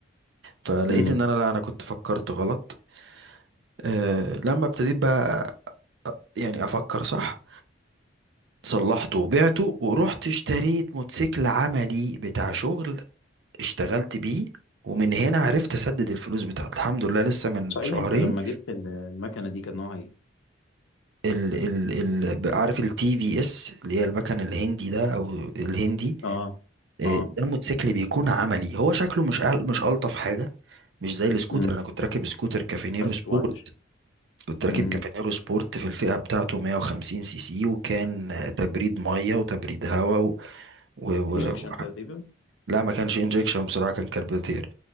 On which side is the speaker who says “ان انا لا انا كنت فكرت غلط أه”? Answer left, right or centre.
Right